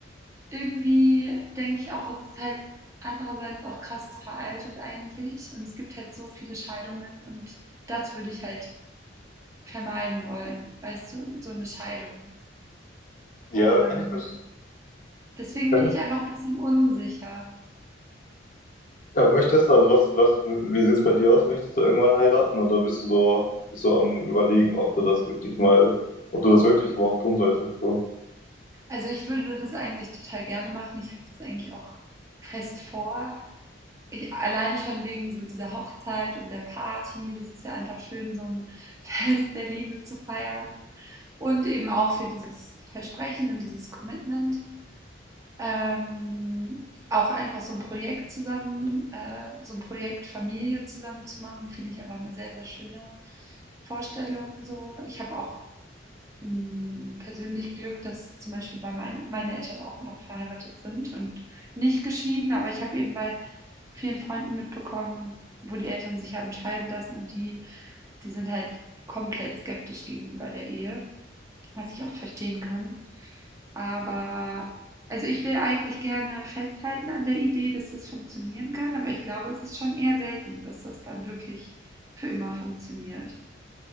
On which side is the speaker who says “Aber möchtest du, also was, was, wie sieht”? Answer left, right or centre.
Left